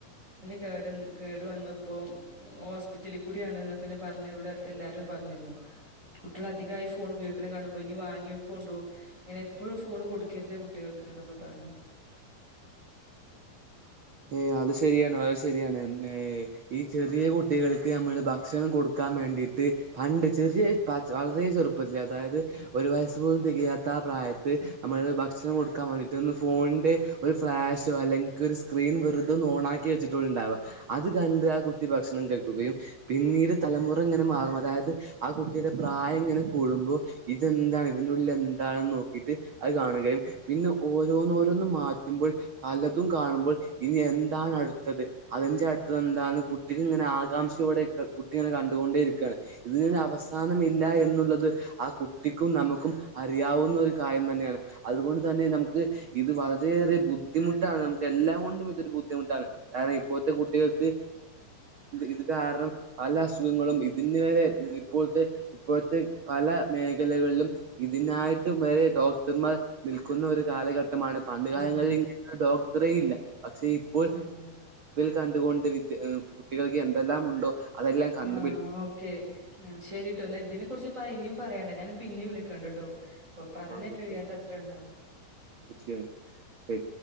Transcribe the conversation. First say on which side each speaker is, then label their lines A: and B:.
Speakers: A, on the right; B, on the right.
A: കേട് കേടു വന്ന ഇപ്പോൾ ഹോസ്പിറ്റലിൽ കൂടിയാണ് എന്നൊക്കെ എന്നന്നെ പറഞ്ഞ് ഇവിടെ അടുത്ത് എല്ലാരും പറഞ്ഞിരുന്നു. കുട്ടികൾ അധികമായി ഫോൺ ഉപയോഗിക്കണ കാണുമ്പോൾ ഇനി വങ്ങി വോക്ക കൊണ്ടുപോ ഇങ്ങനെ എപ്പോഴും ഫോണ് കൊടുക്കരുത്. കുട്ടികൾക്ക് എന്നൊക്കെ പറഞ്ഞ്
B: ഏ അത് ശരിയാണ് അത് ശരിയാണ് ഏ ഈ ചെറിയ കുട്ടികൾക്ക് നമ്മള് ഭക്ഷണം കൊടുക്കാൻ വേണ്ടി പണ്ട് ചെറിയ വളരെ ചെറുപ്പത്തിൽ അതായത് ഒരു വയസ്സ് പോലും തികയാത്ത ആ പ്രായത്തിൽ നമ്മള് ഭക്ഷണം കൊടുക്കാൻ വേണ്ടിട്ടന്ന് ഫോണിന്റെ ഒരു ഫ്ലാഷോ അല്ലെങ്കിൽ ഒരു സ്ക്രീൻ വെറുതൊ ഓണാക്കി വെച്ചിട്ട ഉണ്ടാവുക അത് കണ്ട് ആ കുട്ടി ഭക്ഷണം കഴിക്കുകയും പിന്നീട് തലമുറ ഇങ്ങനെ മാറും അതായത് ആ കുട്ടിയുടെ പ്രായം ഇങ്ങനെ കൂടുമ്പോൾ ഇതെന്താണ് ഇതിന്റെ ഉള്ളിൽ എന്താണ് നോക്കിട്ട് അത് കാണുകയും പിന്നെ ഓരോന്നോരോന്നും മാറ്റുമ്പോൾ പലതും കാണുമ്പോൾ ഇനി എന്താണ് അടുത്തത് അതിന്റെ അടുത്ത എന്താണ് കുട്ടിക ഇങ്ങനെ ആകാംക്ഷയോടെ കുട്ടിങ്ങനെ കണ്ടുകൊണ്ടേ ഇരിക്കുകയാണ്. ഇതിനൊരു അവസാനമില്ല എന്നുള്ളത് ആ കുട്ടിക്കും നമുക്കും അറിയാവുന്ന ഒരു കാര്യം തന്നെയാണ് അതുകൊണ്ട് തന്നെ നമുക്ക് ഇത് വളരെയേറെ ബുദ്ധിമുട്ടാണ് നമുക്ക് എല്ലാം കൊണ്ട് ഇതരു ബുദ്ധിമുട്ടാണ് കാരണം ഇപ്പോഴത്തെ കുട്ടികൾക്ക്തി ഇത് കാരണം പല അസുഖങ്ങ <unintelligible> ഇതിന് വരെ ഇപ്പോഴത്തെ ഇപ്പോഴത്തെ പല മേഖലകളിലും ഇതിനായിട്ടും
A: ആഹ്
B: വരെ ഡോക്ടർമാർ നിൽക്കുന്ന ഒരു കാലഘട്ടമാണ് പണ്ട് കാലങ്ങളിൽ
A: ഉം
B: ഇങ്ങ ഇത്രയില്ല പക്ഷെ ഇപ്പോ
A: ആഹ്
B: കണ്ടുകൊണ്ട് വിദ്യ കുട്ടികൾക്ക് എന്തെല്ലാം ഉണ്ടോ അതെല്ലാം കണ്ടുപിടി
A: ആ ഓക്കേ ശരിട്ടോന്നാ ഇതിനെ കുറിച്ച് പറനി പറയണ്ട ഞാൻ പിന്നെ വിളിക്കണ്ടണ്ട് കേട്ടോ കൊ പറഞ്ഞാ
B: ആഹ് തീർച്ചയായും
A: കഴിയാത്ത അത്ര ഉണ്ടോ?
B: തീർച്ചയായും ശരി.